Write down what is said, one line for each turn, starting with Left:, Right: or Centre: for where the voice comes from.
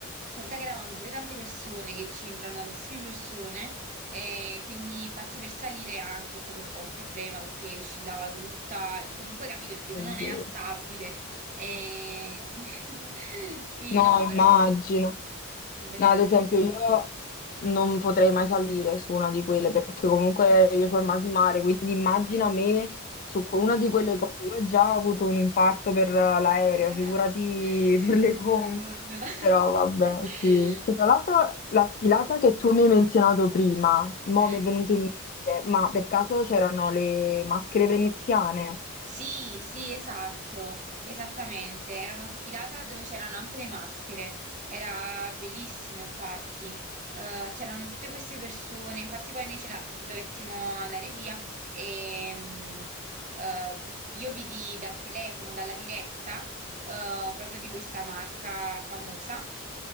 Right: conta che eravamo pure tante persone, che ci entrano tantissime persone e quindi infatti per salire anche è stato un po' un problema perché oscillava tutta, comunque capito il peso
Left: oddio.
Right: non era stabile e... <laughs> sì,
Left: No,
Right: no,
Left: immagino.
Right: però... Una bella
Left: No,
Right: esperienza.
Left: ad esempio io non potrei mai salire su una di quelle perché comunque
Right: <laughs>
Left: io ho il mal di mare, quindi immagina me
Right: Ah, ok.
Left: su que- una di quelle cose. Io ho già avuto un infarto per eh, l'aereo,
Right: <laughs>
Left: figurati <laughs> per le con.
Right: La gondola. <laughs>
Left: Però vabbè, sì. Che tra l'altro la sfilata che tu mi hai menzionato prima, mo
Right: Mhm.
Left: mi è venuto in mente, ma per caso c'erano le maschere veneziane?
Right: Sì, sì, esatto, esattamente. Era una sfilata dove c'erano anche le maschere. Era bellissimo, infatti. Eh, c'erano tutte queste persone. Infatti, poi noi ce la dovettimo andare via. E, mm, eh, io vidi dal telefono, dalla diretta, eh, proprio di questa marca famosa.